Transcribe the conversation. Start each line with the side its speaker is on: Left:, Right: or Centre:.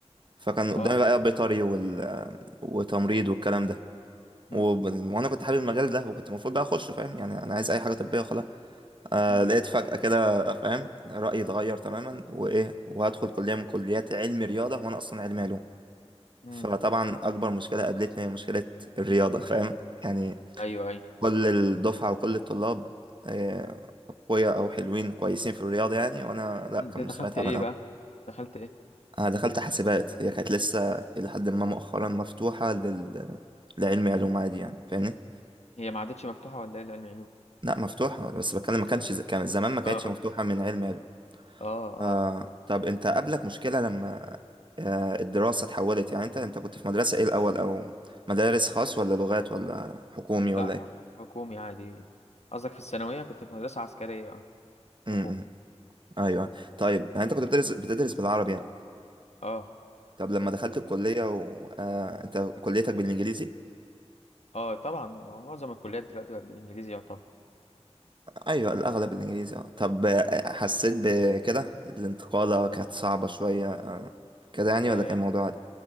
Right: فكان قدامي
Left: اه
Right: بقى بيطري وال... وتمريض والكلام ده
Left: امم
Right: و... وانا كنت حابب المجال ده وكنت المفروض بقى اخش فاهم يعني انا عايز اي حاجه طبيه وخلاص آه
Left: امم
Right: لقيت فجاه كده فاهم رايي اتغير تماما وايه وهدخل كليه من كليات علم رياضه وانا اصلا علمي علوم
Left: امم
Right: فطبعا اكبر مشكله قابلتني هي مشكله الرياضه فاهم يعني
Left: ايوه ايوه
Right: كل الدفعه وكل الطلاب آه، اقوياء او حلوين كويسين في الرياضه يعني وانا لا
Left: انت
Right: كان
Left: دخلت
Right: مستواي تعبان
Left: ايه بقى دخلت ايه
Right: انا دخلت حاسبات هي كانت لسه الى حد ما مؤخرا مفتوحه لل لعلم علوم عادي يعني فاهمني
Left: هي ما عادتش مفتوحة ولا ايه العلم علوم
Right: لا مفتوحه بس بتكلم ما كانش ز- كان زمان ما كانتش
Left: اه
Right: مفتوحه
Left: اه
Right: من علم علوم
Left: اه
Right: آه
Left: اه
Right: طب انت قابلك مشكله لما آه الدراسه اتحولت يعني انت انت كنت في مدرسه ايه الاول او مدارس خاص ولا لغات ولا حكومي ولا
Left: لا حك-
Right: ايه
Left: حكومي عادي قصدك في الثانوية كنت في مدرسة عسكرية اه
Right: امم
Left: حكومي
Right: ايوه طيب يعني انت كنت بتدرس بتدرس بالعربي يعني
Left: اه
Right: طب لما دخلت الكليه و... آه انت كليتك بالانجليزي
Left: اه طبعا مع- معظم الكليات دلوقتي بقت بالانجليزي يعتبر
Right: ايوه الاغلب الانجليزي اه طب آه، حسيت بكده الانتقالة كانت صعبة شوية آه، كده يعني
Left: آه،
Right: ولا كان الموضوع عادي